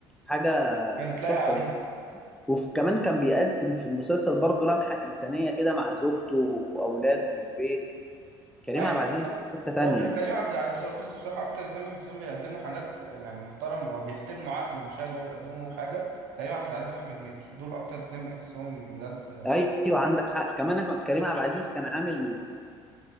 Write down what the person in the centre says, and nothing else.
حاجه
تحفه
وكمان كان بيقدم في المسلسل برضه لمحه انسانيه كده مع زوجته واولاده في البيت كريم
عبد العزيز
في حته تانيه
ايوه عندك حق كمان احمد كريم عبد العزيز كان عامل